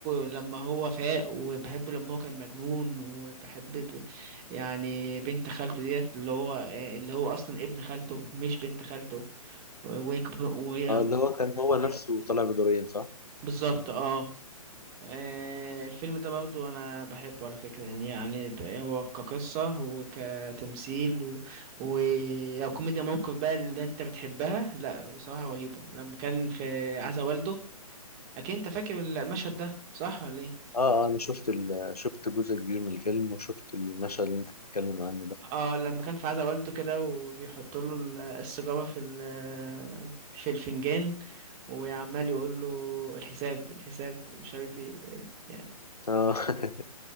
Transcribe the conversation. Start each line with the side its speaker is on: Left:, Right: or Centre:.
Right: لما هو فاق وبحبه لما هو كان مجنون وبحب ب- يعني بنت خالته ديت اللي هو اللي هو اصلا ابن خالته مش بنت خالته وهي كب- وهي
Left: آه اللي هو كان هو نفسه طالع بدورين صح؟
Right: بالظبط اه آه، الفيلم ده برضو انا بحبه على فكرة يعني يعني ب- هو كقصة وكتمثيل و... وكوميديا موقف بقى اللي انت بتحبها لا بصراحة رهيبة لما كان في عزا والده اكيد انت فاكر المشهد ده صح ولا ايه
Left: اه اه انا شفت ال... شفت جزء كبير من الفيلم وشفت المشهد اللي انت بتتكلم عنه ده
Right: اه لما كان في عزا والده كده وبيحط له ال- السيجاره في ال- في الفنجان وعمال يقول له الحساب الحساب مش عارف ايه يعني
Left: آه، <laughs>